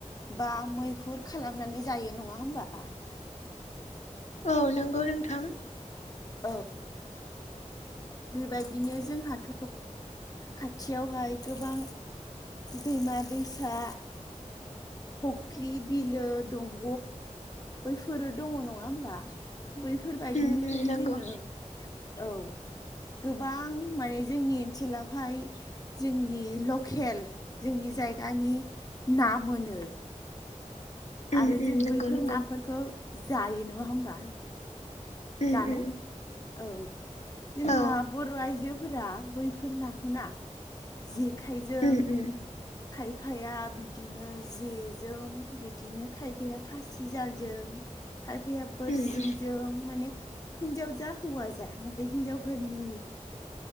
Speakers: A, on the left; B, on the left.
A: बा मैहुर खालामनानै जायो नङा होमबा?
B: औ नंगौ नोंथां।
A: औ बेबायदिनो जोंहाथ' खाथियावहाय गोबां दैमा दैसा फुख्रि बिलो दंग' बैफोरो दङ नङा ओमबा बैफोरबायदिनिफ्राय
B: उम उम नंगौ
A: जोङो औ गोबां माने जोंनि ओनसोलावहाय जोंनि लकेल जोंनि जायगानि ना मोनो।
B: उम
A: आरो
B: उम
A: जों
B: नंगौ
A: बैफोर
B: नंगौ
A: नाफोरखौ जायो नङा होमबा?
B: उम
A: जानो
B: उम
A: औ जोंहा
B: औ
A: बर' आइजोफोरा बैफोर नाखौ ना जेखाइजों
B: उम उम
A: खायफाया बिदिनो जेजों बिदिनो खायफाया फासिजालजों खायफाया बोरसिजों
B: उम उम
A: माने हिनजाव जा हौवा जा नाथाय हिनजावफोरनि